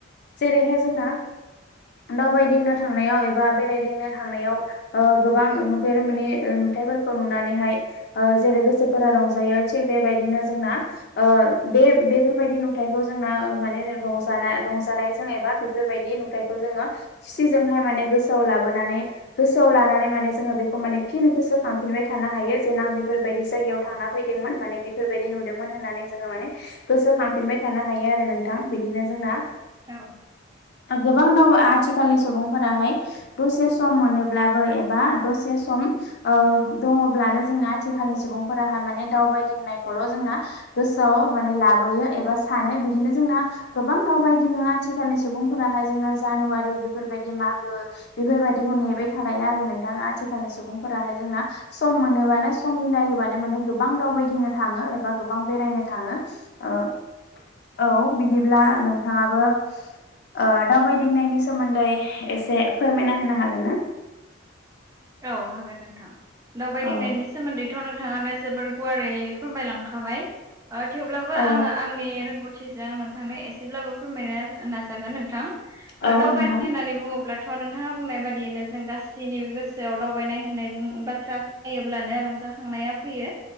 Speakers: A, on the left; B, on the right.
A: जेरैहाय जोंना दावबायदिंनो थांनायाव एबा बेरायदिंनो थांनायाव ओ गोबां नुफेर मोनि नुथाइफोरखौ नुनानैहाय ओ जेरै गोसोफोरा रंजायो थिग बेबायदिनो जोंना ओ बे बेफोरबायदि नुथाइखौ जोंना माने रंजानाय रंजानायजों एबा बेफोरबायदि फिथायखौ जोङो खुसिजोंहाय माने गोसोआव लाबोनानै गोसोआव लानानै माने जोङो बेखौ माने फिन गोसो खांफिनबाय थानो हायो जेेन बे फोरबायदि जायगायाव थांना फैदोंमोन माने बेफोरबायदि नुदोंमोन होननानै जोङो माने गोसोखांफिनबाय थानो हायो आरो नों थां बिदिनो जोंना
B: औ
A: गोबां दाव आथिखालनि सुबुंफोराहाय दसे सम मोनोब्लाबो एबा दसे सम दङब्लानो जोंना आथिखालनि सुबुंफोराह माने दावबायदिंनायखौल' जोंना गोसोआव माने लाबोयो एबा सानो बिदिनो जोंना गोबां दावबायदिङ आथिखालनि सुबुंफोराहाय जोंना जानुवारि बेफोरबायदि मागो बेफोरबायदिखौ नेबाय थालाया आरो नोंथाङा आथिखालनि सुबुंफोराहाय जोंना सम मोनोबानो सम मिलायोबानो माने गोबां दावबायदिनो थाङो एबा गोबां बेरायनो थाङो। ओ औ बिदिब्ला नोंथाङाबो सोमोन्दै एसे फोरमायना होनो हागोनना?
B: औ हागोन नोंथां दावबायदिंनायनि
A: औ
B: सोमोन्दैथ' नोंथाङानो जोबोर गुवारै फोरमायलांखाबाय थेवब्लाबो
A: औ
B: आङो आंनि रोंगौथि जों नोंथांनो एसेब्लाबो फोरमायनो नाजागोन नोंथां
A: औ
B: दावबायनो
A: नोंथां
B: होननानै बुङोब्ला थ' नोंथाङा बुंनाय बादियैनो जों गासैनिबो गोसो गोसोआव दावबायनाय होननाय बाथ्रा नायोबब्लानो रंजाखांनाया फैयो।